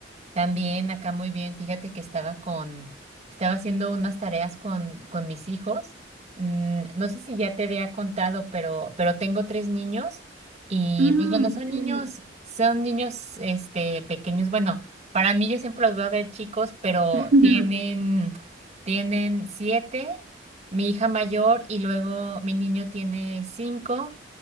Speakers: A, on the right (about 35°); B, on the right (about 75°).
A: También acá muy bien. Fíjate que estaba con, estaba haciendo unas tareas con, con mis hijos. Mm, no sé si ya te había contado, pero, pero tengo tres niños y
B: Mm.
A: pues bueno, son
B: Qué
A: niños,
B: lindo.
A: son niños, este, pequeños. Bueno, para mí yo siempre los voy a ver chicos, pero
B: <laughs> Ujú.
A: tienen, tienen siete, mi hija mayor y luego mi niño tiene cinco.